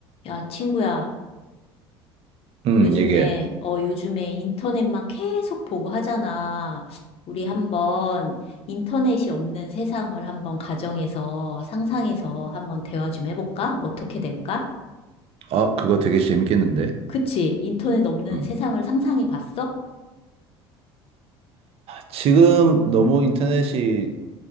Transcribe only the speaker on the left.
야, 친구야,
요즘에,
어, 요즘에 인터넷 막 계속 보고 하잖아. 우리 한번 인터넷이 없는 세상을 한번 가정에서, 상상해서 한번 대화 좀 해볼까? 어떻게 될까?
그치? 인터넷 없는
세상을 상상해 봤어?